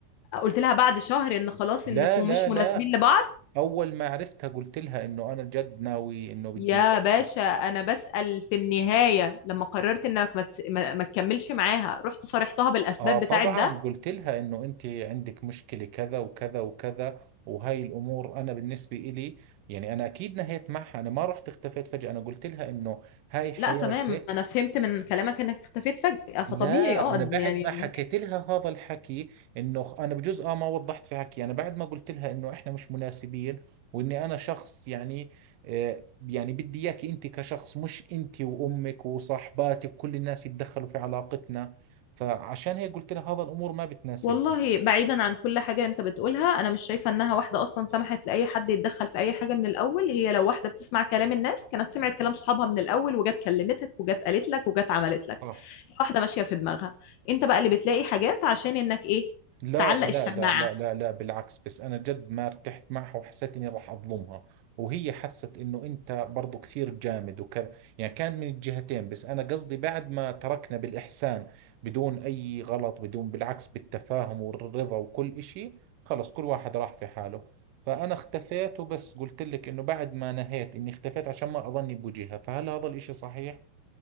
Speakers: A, on the left (about 85°); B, on the right (about 85°).
A: قلت لها بعد شهر ان خلاص
B: لا
A: انكم
B: لا
A: مش مناسبين
B: لا
A: لبعض
B: اول ما عرفتها قلت لها انه انا جد ناوي انه بدي
A: يا
B: إياك.
A: باشا انا بسأل في النهاية لما قررت انك ما تس- ما ما تكملش معاها رحت صارحتها بالاسباب
B: اه طبعا
A: بتاعت ده
B: قلت لها انه انت عندك مشكلة كذا وكذا وكذا وهاي الامور انا بالنسبة إلي يعني انا اكيد نهيت معها انا ما رحت اختفيت فجأة انا قلت لها انه هاي حياتك
A: لا تمام انا فهمت من كلامك انك اختفيت فجأة فطبيعي
B: لا
A: اه
B: انا بعد
A: يعني
B: ما حكيت لها هذا الحكي انه خ- انا بجوز اه ما وضحت في حكي انا بعد ما قلت لها انه احنا مش مناسبين واني انا شخص يعني آه يعني بدي اياكي انت كشخص مش انت وامك وصاحباتك كل الناس يتدخلوا في علاقتنا فعشان هيك قلت لها هذا الامور ما بتناسبني
A: والله بعيدا عن كل حاجة انت بتقولها انا مش شايفة انها واحدة اصلا سمحت لأي حد يتدخل في اي حاجة من الاول هي لو واحدة بتسمع كلام الناس كانت سمعت كلام صحابها من الاول وجت كلمتك وجت قالت لك وجت عملت لك
B: صح
A: واحدة ماشية في دماغها انت بقى اللي بتلاقي حاجات عشان انك ايه
B: لا
A: تعلق
B: لا
A: الشماعة
B: لا لا لا لا بالعكس بس انا جد ما ارتحت معها وحسيت اني راح اظلمها وهي حست انه انت برضو كثير جامد وكذا يعني كان من الجهتين بس انا قصدي بعد ما تركنا بالاحسان بدون اي غلط بدون بالعكس بالتفاهم والرضا وكل اشي خلص كل واحد راح في حاله فانا اختفيت وبس قلت لك انه بعد ما نهيت اني اختفيت عشان ما اظني بوجهها فهل هذا الاشي صحيح؟